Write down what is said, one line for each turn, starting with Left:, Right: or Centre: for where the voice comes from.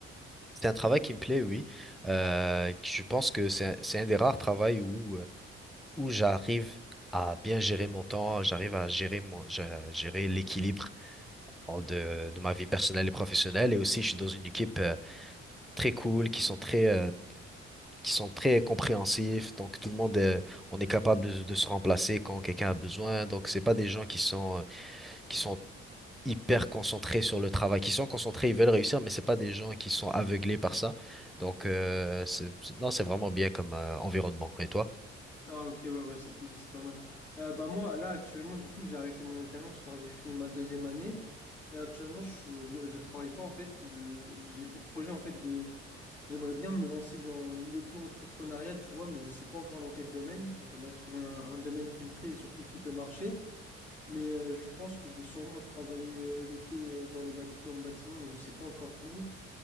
Centre: C'est un travail qui me plaît, oui. Euh, je pense que c'est, un- c'est un des rares travails où euh, où j'arrive à bien gérer mon temps, j'arrive à gérer mon, à gérer l'équilibre en- de, de ma vie personnelle et professionnelle. Et aussi, je suis dans une équipe euh, très cool, qui sont très, euh, qui sont très compréhensifs. Donc, tout le monde, euh, on est capable de, de se remplacer quand quelqu'un a besoin. Donc, c'est pas des gens qui sont, euh, qui sont hyper concentrés sur le travail, qui sont concentrés, ils veulent réussir, mais c'est pas des gens qui sont aveuglés par ça. Donc, euh, c'est, c'est- non, c'est vraiment bien comme euh, environnement. Et toi?
Left: Ah, ok, ouais, ouais, c'est, p- c'est pas mal. Euh, bah, moi, là, actuellement, du coup, j'ai arrêté mon alternance car j'ai fini ma deuxième année. Et actuellement, je, suis- je, je travaille pas, en fait. Je, j'ai pour projet, en fait, de J'aimerais bien me lancer dans l'auto-entrepreneuriat, tu vois, mais je sais pas encore dans quel domaine. J'aimerais trouver un, un domaine qui me plaît et surtout qui peut marcher. Mais euh, je pense que je vais sûrement travailler euh, l'été euh, dans les bâti- dans le bâtiment, mais je sais pas encore où.